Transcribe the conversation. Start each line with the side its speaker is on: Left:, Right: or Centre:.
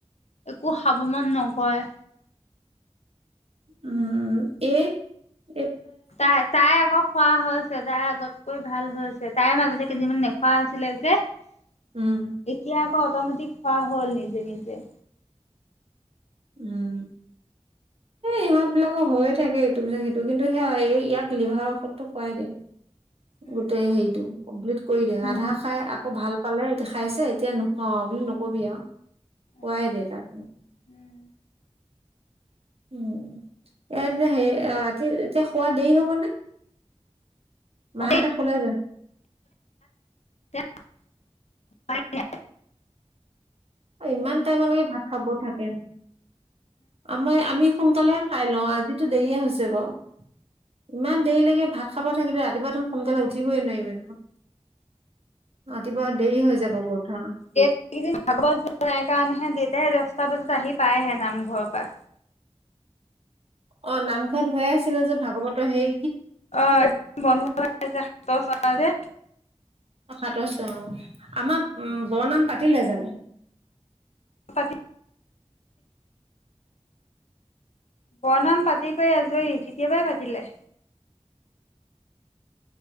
Left: একো খাৱ মন নকয়।
Right: উম এ
Left: তাই তাই আকৌ খোৱা হৈছে তাই আগত কৰি ভাল আ হৈছে তাইৰ মাজতে কেইদিনমান নেখোৱা আছিলে যে এতিয়া
Right: উম
Left: আক মোটামুটি খোৱা হ'ল নিজে নিজে।
Right: উম। ইহঁত বিলাকৰ হৈয়ে থাকে এইটো পিছাক সেইটো কিন্তু সেয়া এই ইয়াক লিভাৰৰ ঔষধো খোৱাই দে।
Left: উম
Right: গোটেই হেৰিতটো কমপ্লিট কৰি দে
Left: উম
Right: আধা খাই আকৌ ভাল। পালে এতিয়া খাইছে এতিয়া নোখুৱাও আউ বুলি নকবি আও
Left: উম
Right: খোৱাই
Left: উম
Right: দে তাক
Left: উম
Right: <unintelligible> উ ই এতিয়া হে ৰাতি এতিয়া খোৱা দেৰি হবনে।
Left: উম।
Right: মা হঁতে শুলে জানো?
Left: প <unintelligible> <unintelligible>
Right: ইমান টাইমলৈকে ভাত খাব থাকে। আমাৰ আমি সোনকালেহে খাই লওঁ আজিতো দেইয়ে হৈছে বাও- ইমান দেৰিলৈকে ভাত খাব থাকিলে ৰাতিপুৱা দেখোন সোনকালে উঠিবই নোৱাৰিবি দেখোন ৰাতিপুৱা দেৰি হৈ যাব উঠা
Left: এইকেইদিন ভাগৱত নাই কাৰনেহে দেউতাই দস্তা বজাতে আহি পায় হে নামঘৰৰ পৰা
Right: অ নামঘৰত হৈয়ে আছিলে যে ভাগৱতৰ সেই।
Left: অ বন্ধ কৰা যে হাতৰ চ যে
Right: সাতৰ চোৱা অ আমাৰ বৰনাম পাতিলে জানো?
Left: পাতি বনাম পাতি কৰি আজৰি কেতিয়াবাই পাতিলে।